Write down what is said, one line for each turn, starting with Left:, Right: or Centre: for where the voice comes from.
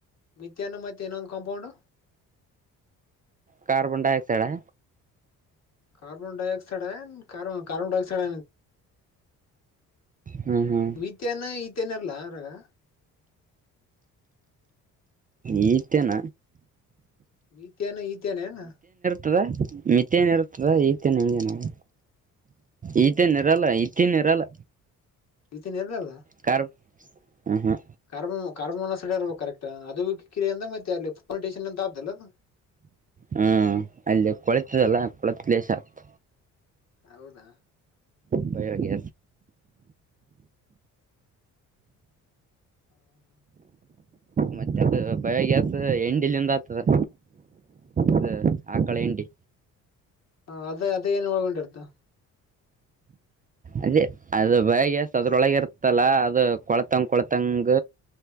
Left: ಮಥ್ಯಾ್ನ ಮತ್ತೆ ಇನೊಂದು ಕಾಂಪೌಂಡು
Right: ಕಾರಾರ್ಬನ್ ಡೈಆಕ್ಸೈಡ್ ಹ
Left: ಕಾರಾರ್ಬನ್ ಡೈಆಕ್ಸೈಡ್ ಕಾರ ಕಾರಾರ್ಬನ್ ಡೈಕ್ಸೈಡ್
Right: ಹ್ಞೂ ಹ್ಞೂ
Left: ಮಥಾನ ಈತನಲ್ಲಾ <inaudible>
Right: ಈತೆನ
Left: ಮತ್ಯಾನ ಇತ್ಯಾನನಾ
Right: ತದೆ ಮಿತ್ತ ಏನಿರುತ್ತದ ಈತೆ ನಮಗೆೇ ನಾವು ಈತೆ ನಿರಲ್ಲ ಇತಿ ನಿರಲ್ಲ
Left: ಈತನ್ ಇರ್ಲಲ್ಲ
Right: ಕಾರ ಹ ಹ
Left: ಕಾರ್ಬೋ ಕಾರ್ಬೊ ಮೊನಾಕ್ಸೈಡ್ ಇರ್ಬೇಕು ಕರೆಕ್ಟ್ ಅದು ಕಿರಿ ಅಂತ ಮತ್ತೆ ಅಲ್ಲಿ ಟೇಷನ್ ಅಂತ ಆದ್ದಲ್ಲ ಅದು
Right: ಹ್ಮ್ ಅಲ್ಲಿ ಕೊಳೆತದಲ್ಲ ಕೊಳೆತ್ ಕ್ಲೇಶ ಆಗ್ತ
Left: ಹೌದಾ
Right: ಬಯಾರಗೆ
Left: ಹ್ಮ
Right: ಮತ್ತೆ ಅದು ಬಯೋಗ್ಯಾಸ್ ಎಂಡಲ್ಲಿಂದ ಆಗ್ತದೆ ಅದ ಆ ಕಳ ಎಂಡಿ
Left: ಹ ಅದ ಅದ ನ್ ಒಳಗೊಂಡ ಅಡ್ತಾ
Right: ಅದೇ ಅದು ಬಯ ಗ್ಯಾಸ್ ಅದ್ರೊಳಗ ಇರ್ತ್ತಲ್ಲ ಅದು ಕೊಳತಂಗ ಕೊಳತಂಗ